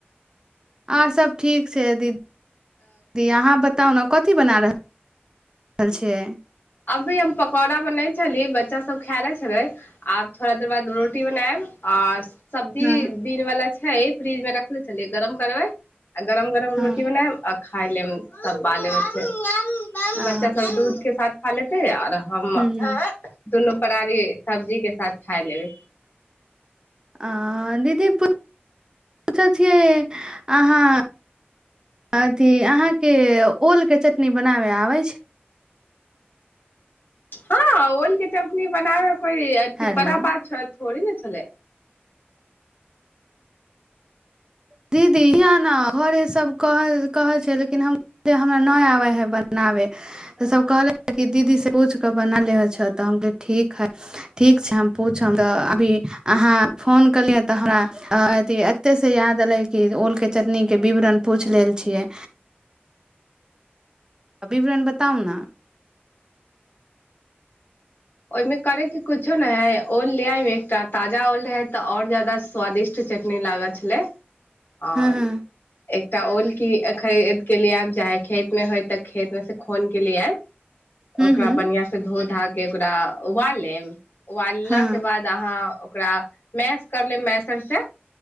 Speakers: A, on the right; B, on the left.
A: आओर सब ठीक छै दीदी दी अहाँ बताउ ने कथी बना रहल छियै
B: अभी हम पकौड़ा बनै छली बच्चा सब खायले छैले आब थोड़ा देर बाद रोटी बनायब आ सब्जी
A: हँ
B: दिनवालला छै फइ फ्रिज में रखले छलियै गरम करबे आ गरम गरम
A: हँ
B: रोट बनायब खाय ले त बालेबच्चे
A: आ
B: बच्चा सब दूध के साथ हाले त आर हम
A: हूं हूं
B: दुनू परारी सब्जी के साथ खाय लेबै
A: आ दीदी छिय अहाँ अथि अहाँ के ओल के चटनी बनाबे आबैय छै
B: हँ ओल के चटनी बनाब कोइ अथि
A: हेलो
B: बड़ा बात छथि थोड़े ना छलैय
A: दीदी हिआ न घरे सब कहैय छै लेकिन हमरा नहि आबे है बनाबे त सब कहले दीदी से पूछ क बनले त हम कह ठीक है ठीक छै हम पूछब त अभी अहाँ फोन केलिय तऽ हमरा एते से याद देलैय कि ओल के चटनी के विवरण पूछि लेल छियै विवरण बताउ ने
B: ओहिमे करैके कुछो न है ओल लेब एकटा ताजा ओल रहै तऽ आओर ज्यादा स्वादिष्ट चटनी लागत छलै आ
A: हँ हँ
B: एकटा ओल की खरीद के लए आयब चाहे खेत में होय तऽ खेत मे से खून के लए आयब
A: हूं
B: ओकरा
A: हूं
B: बढ़आ से धो धा के ओकरा उबाल लेब उबालला
A: हँ
B: के बाद अहाँ ओकरा मैस करलै मैसरसँ